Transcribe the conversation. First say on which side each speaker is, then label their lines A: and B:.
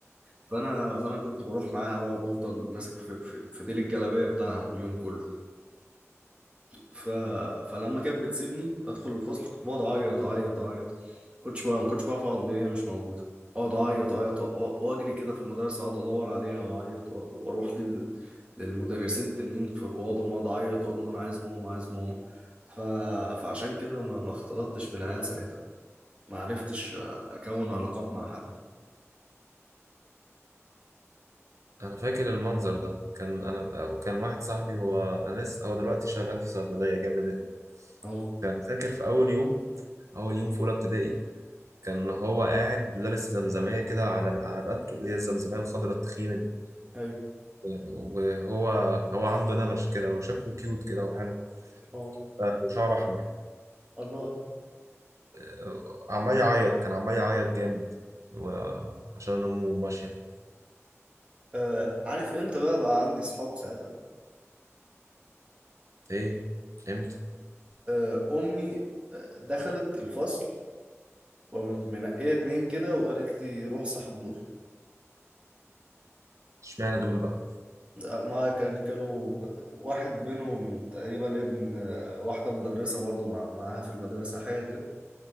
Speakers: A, on the right; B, on the right.
A: فأنا فأنا كنت بروح معاها بقى وبفضل ماسك في, في, في ديل الجلابية بتاعها اليوم كله ف... فلما كانت بتسيبني أدخل الفصل كنت بقعد أعيط أعيط أعيط كنتش بقى ما كنتش بعرف أقعد إن هي مش موجودة أقعد أعيط أعيط وأ- وأجري كده في المدرسة أقعد أدور عليها وأعيط وأر- وأروح لل... للمدرسين التانيين في أوضهم أقعد أعيط أقول لهم أنا عايز ماما عايز ماما ف... فعشان كده ما ما اختلطتش بالعيال ساعتها ما عرفتش أكون علاقات مع حد
B: انا فاكر المنظر ده كان انا وكان واحد صاحبي هو انا لسه هو دلوقتي شغال في صيدليه جنب بيتنا
A: اه
B: كان فاكر في اول يوم اول يوم في اولى ابتدائي كان هو قاعد لابس زمزميه كده على على رقبته اللي هي الزمزميه الخضراء التخينه دي
A: ايوه
B: وهو هو عنده نمش كده وشكله كيوت كده وحلو
A: اه
B: ف- وشعره احمر
A: الله
B: آه، عمال يعيط كان عمال يعيط جامد و- عشان امه ماشيه
A: آه عارف امتى بقى بقى عندي صحاب ساعتها
B: ايه امتى
A: آه امي آه، دخلت الفصل وقامت منقيه اتنين كده وقالت لي روح صاحب دول
B: اشمعنى دول بقى
A: آه، ما كان كانوا واحد منهم تقريبا ابن آه، واحده مدرسه برضو مع معاها في المدرسه حاجه كده